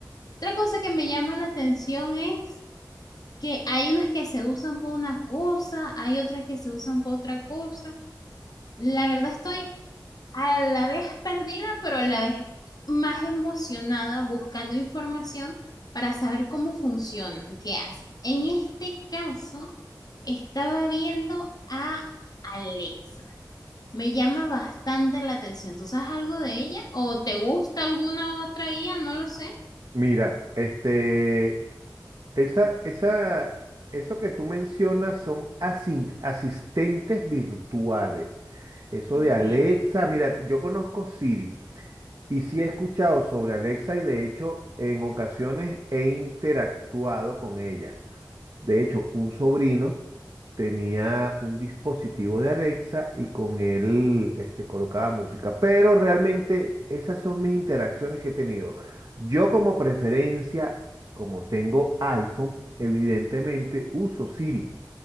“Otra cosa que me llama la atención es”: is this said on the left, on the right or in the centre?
Left